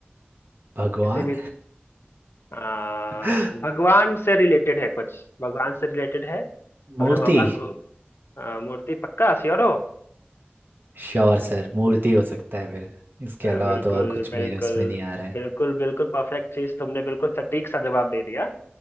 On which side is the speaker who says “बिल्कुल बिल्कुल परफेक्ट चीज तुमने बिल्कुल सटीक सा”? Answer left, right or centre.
Left